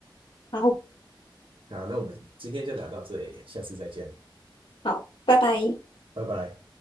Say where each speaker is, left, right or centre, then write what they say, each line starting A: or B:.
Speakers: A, on the left; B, on the right.
A: 然后。
B: 好，那我们今天就聊到这里，下次再见，
A: 好，拜拜。
B: 拜拜。